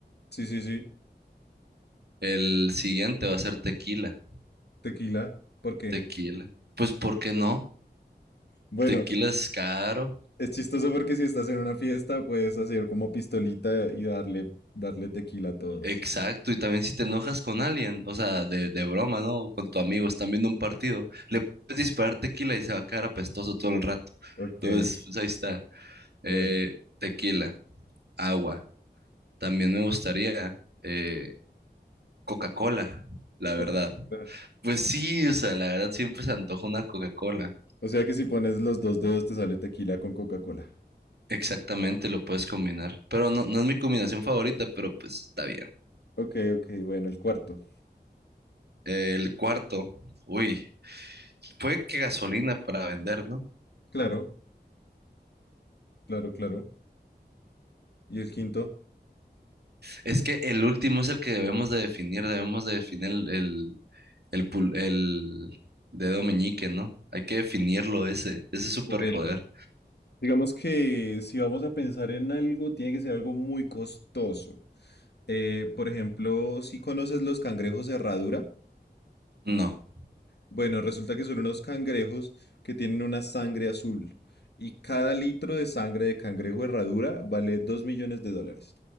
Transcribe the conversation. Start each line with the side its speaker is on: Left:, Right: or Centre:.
Left: Sí, sí, sí,
Right: El siguiente va a ser tequila.
Left: tequila. ¿Por qué?
Right: Tequila. Pues, ¿por qué no?
Left: Bueno.
Right: Tequila es caro.
Left: Es chistoso porque si estás en una fiesta puedes hacer como pistolita y darle, darle tequila a todos.
Right: Exacto, y también si te enojas con alguien, o sea, de, de broma, ¿no? Con tu amigo, están viendo un partido, le puedes disparar tequila y se va a quedar apestoso todo el rato.
Left: Ok,
Right: Entonces, pues ahí está. Eh,
Left: bueno.
Right: tequila, agua. También me gustaría eh, Coca-Cola, la
Left: Coca-Cola.
Right: verdad. Pues sí, o sea, la verdad siempre se antoja una Coca-Cola.
Left: O sea que si pones los dos dedos te sale tequila con Coca-Cola.
Right: Exactamente, lo puedes combinar. Pero no, no es mi combinación favorita, pero pues está bien.
Left: Ok, ok, bueno, el cuarto.
Right: Eh, el cuarto, uy, puede que gasolina para vender, no
Left: Claro, claro, claro. ¿Y el quinto?
Right: Es que el último es el que debemos de definir, debemos de definir el, el, el, pul- el dedo meñique, ¿no? Hay que definirlo ese, ese superpoder.
Left: Bueno. Digamos que si vamos a pensar en algo, tiene que ser algo muy costoso. Eh, por ejemplo, si conoces los cangrejos herradura,
Right: No,
Left: Bueno, resulta que son unos cangrejos que tienen una sangre azul y cada litro de sangre de cangrejo herradura vale 2 millones de dólares.